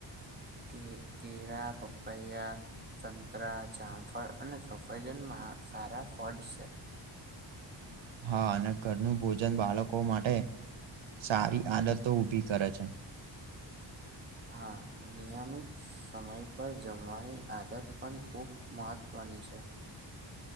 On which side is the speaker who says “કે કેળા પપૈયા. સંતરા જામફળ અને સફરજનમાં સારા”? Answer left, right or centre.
Right